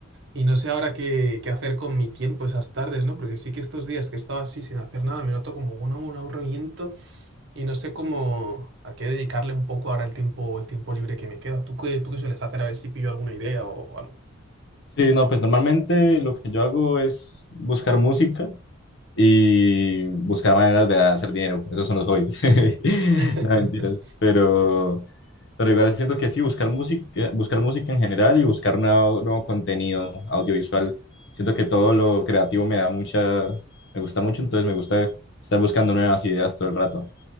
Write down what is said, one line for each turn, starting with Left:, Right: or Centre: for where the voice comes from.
Right: Y no sé ahora qué, qué hacer con mi tiempo esas tardes, ¿no? Porque sí que estos días que he estado así sin hacer nada, me noto como un, un aburrimiento y no sé cómo a qué dedicarle un poco ahora el tiempo, el tiempo libre que me queda. ¿Tú qué, tú qué sueles hacer? A ver si pillo alguna idea o algo.
Left: Sí, no, pues normalmente lo que yo hago es buscar música y buscar maneras de hacer dinero. Esos son los hobbies. <laughs>
Right: <laughs>
Left: No, mentiras. Pero, pero igual siento que sí, buscar música, buscar música en general y buscar nuevo, nuevo contenido audiovisual. Siento que todo lo creativo me da mucha, me gusta mucho, entonces me gusta estar buscando nuevas ideas todo el rato,